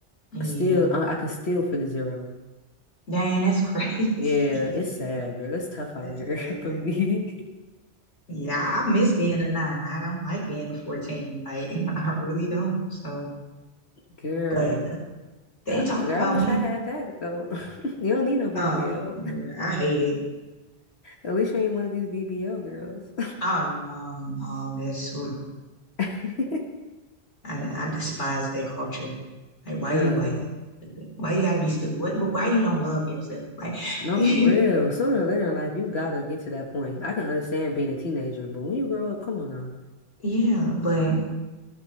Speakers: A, on the left; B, on the left.
A: Yeah.
B: Still, I, I can still for the zero.
A: Dang, that's crazy.
B: Yeah, it's sad,
A: <laughs>
B: girl. It's tough out
A: That's
B: here
A: crazy.
B: <laughs> for me.
A: Yeah, I miss being a nine. I don't like being a 14. Like, <laughs> I really don't. So,
B: Girl,
A: but they
B: I,
A: talked
B: girl,
A: about
B: I wish
A: me.
B: I had that though. <laughs> You don't need no BBL.
A: Oh, yeah, I hate it.
B: At least you ain't one of these BBL girls.
A: Oh, no, no, that's, ooh,
B: <laughs>
A: I, I despise that culture. Like, why
B: Girl,
A: you, why you gotta be stupid? Why you gotta be stupid? What, why you don't love yourself? Like, <laughs>
B: no,
A: yeah,
B: for real. Sooner or later in life, you gotta get to that point. I can understand being a teenager, but when you grow up, come on now.
A: yeah, but